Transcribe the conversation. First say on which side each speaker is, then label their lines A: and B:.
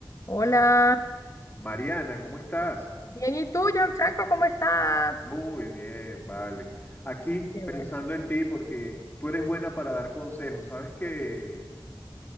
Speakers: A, on the left; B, on the left.
A: Hola,
B: M- Mariana, ¿cómo estás?
A: bien, ¿y tú, Gianfranco, cómo estás?
B: Muy bien, vale. Aquí
A: Qué
B: pensando
A: bueno.
B: en ti porque tú eres buena para dar consejos. Sabes que